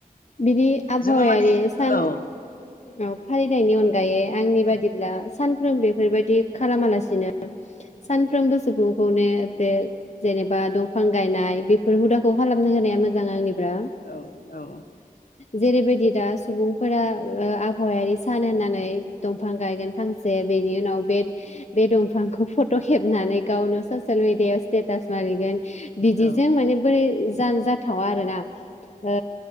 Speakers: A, on the left; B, on the left.
A: बिनि आबहावायारि
B: जोङो माने
A: सान
B: औ
A: फालिनायनि अनगायै आंनि बायदि बादिब्ला सानफ्रोम बेफोरबायदि खालामालासिनो बिदिनो सानफ्रोमबो सुबुंखौनो बे जेनेबा दंफां गायनाय बेफोर हुदाखौ खालामनो होनाया मोजां आंनिफ्राय।
B: औ औ।
A: जेरैबायदि दा सुबुंफोरा आबहावायारि सान होननानै दंफां गायगोन फांसे बेनि उनाव बे बे दंफांखौ फट' खेबनानै गावनो ससियेल मिेडियायाव स्टेटास मारिगोन बिदिजों
B: औ
A: माने बोरै ज जाथावा आरोना। ओ